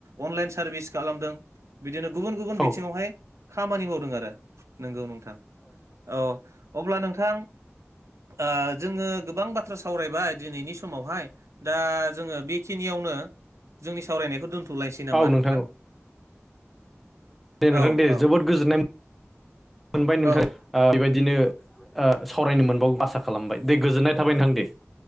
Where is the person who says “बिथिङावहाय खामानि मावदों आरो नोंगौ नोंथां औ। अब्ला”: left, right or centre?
Right